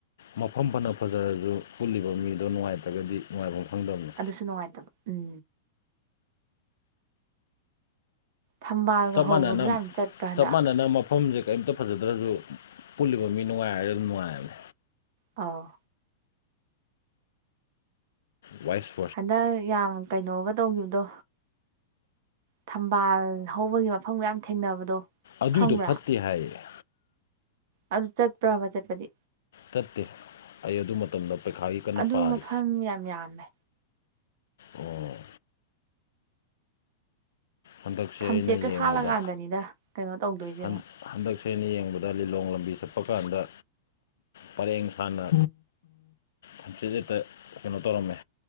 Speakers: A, on the left (about 80°); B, on the right (about 50°).
A: ꯃꯐꯝ ꯐꯅ ꯐꯖꯔꯁꯨ ꯄꯨꯜꯂꯤꯕ ꯃꯤꯗꯣ ꯅꯨꯡꯉꯥꯏꯇ꯭ꯔꯒꯗꯤ ꯅꯨꯡꯉꯥꯏꯐꯝ ꯈꯪꯗꯕꯅꯤ
B: ꯑꯗꯨꯁꯨ ꯅꯨꯡꯉꯥꯏꯇꯕ ꯎꯝ ꯊꯝꯕꯥꯜꯒ
A: ꯆꯞ
B: ꯍꯧꯕꯗꯣ
A: ꯃꯥꯟꯅꯅ
B: ꯌꯥꯝ ꯆꯠꯄ꯭ꯔꯥ ꯍꯟꯗꯛ
A: ꯆꯞ ꯃꯥꯟꯅꯅ ꯃꯐꯝꯁꯦ ꯀꯔꯤꯝꯇ ꯐꯖꯗ꯭ꯔꯁꯨ ꯄꯨꯜꯂꯤꯕ ꯃꯤ ꯅꯨꯡꯉꯥꯏꯔꯒꯗꯤ ꯑꯗꯨꯝ ꯅꯨꯡꯉꯥꯏꯕꯅꯦ
B: ꯑꯥꯎ
A: ꯋꯥꯏꯐ
B: ꯍꯟꯗꯛ ꯌꯥꯝ ꯀꯩꯅꯣꯒ ꯇꯧꯈꯤꯕꯗꯣ ꯊꯝꯕꯥꯜ ꯍꯧꯕꯒꯤ ꯃꯐꯝ ꯃꯌꯥꯝ ꯊꯦꯡꯅꯕꯗꯣ
A: ꯑꯗꯨꯏꯗꯣ
B: ꯈꯪꯕ꯭ꯔꯥ
A: ꯐꯠꯇꯦ ꯍꯥꯏꯌꯦ
B: ꯑꯗꯨ ꯆꯠꯄ꯭ꯔꯥ ꯕ ꯆꯠꯄꯗꯤ
A: ꯆꯠꯇꯦ ꯑꯩ ꯑꯗꯨ ꯃꯇꯝꯗ ꯄꯩꯈꯥꯒꯤ ꯀꯟꯅ
B: ꯑꯗꯨ
A: ꯄꯥꯔꯤ
B: ꯃꯐꯝ ꯌꯥꯝ ꯌꯥꯝꯃꯦ
A: ꯑꯣ ꯍꯟꯗꯛꯁꯦ
B: ꯊꯝꯆꯦꯠꯀ
A: ꯑꯩꯅ ꯌꯦꯡꯕꯗ
B: ꯁꯥꯠꯂꯀꯥꯟꯗꯅꯤꯗ ꯀꯩꯅꯣ ꯇꯧꯗꯣꯏꯁꯦ
A: ꯍꯟ
B: ꯑꯃꯨꯛ
A: ꯍꯟꯗꯛꯁꯦ ꯑꯩꯅ ꯌꯦꯡꯕꯗ ꯂꯤꯂꯣꯡ ꯂꯝꯕꯤ ꯆꯠꯄ ꯀꯥꯟꯗ ꯄꯔꯦꯡ ꯁꯥꯟꯅ ꯍꯪꯆꯦꯠ ꯍꯦꯠꯇ ꯀꯩꯅꯣ ꯇꯧꯔꯝꯃꯦ